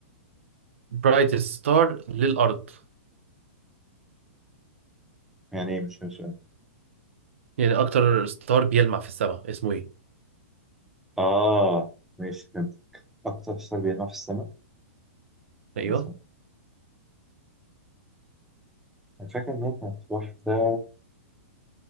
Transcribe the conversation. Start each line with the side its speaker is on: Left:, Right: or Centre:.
Right: برايت ستار للأرض
Centre: يعني إيه مش مش
Right: يعني أكتر ستار بيلمع في السماء اسمه إيه؟
Centre: آه ماشي فهمت أكتر ستار بيلمع في السماء
Right: أيوه
Centre: أنا فاكر إن هي كانت واحدة